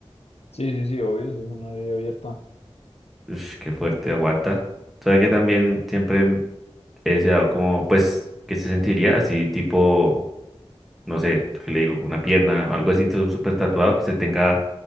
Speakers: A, on the left; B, in the centre.
A: Sí, sí, sí, obvio, eso es una vida abierta.
B: Ush, qué fuerte, aguanta. Sabe que también siempre he deseado como, pues, que se sentiría así tipo. no sé, ¿qué le digo, una pierna, algo así todo súper tatuado, que se tenga